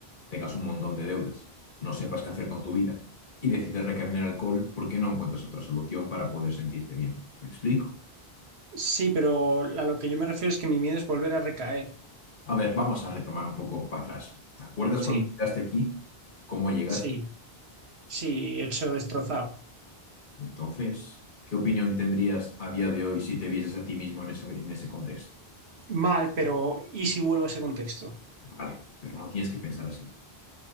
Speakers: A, on the left; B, on the right.
A: tengas un montón de deudas, no sepas qué hacer con tu vida y decides recaer en el alcohol porque no encuentras otra solución para poder sentirte bien. ¿Me explico?
B: Sí, pero a lo que yo me refiero es que mi miedo es volver a recaer.
A: A ver, vamos a retomar un poco para atrás. ¿Te acuerdas cuando
B: Sí,
A: llegaste aquí? ¿Cómo llegaste?
B: sí, sí, hecho destrozado.
A: Entonces, ¿qué opinión tendrías a día de hoy si te vieses a ti mismo en ese, en ese contexto?
B: Mal, pero ¿y si vuelvo a ese contexto?
A: Vale, pero no tienes que pensar así.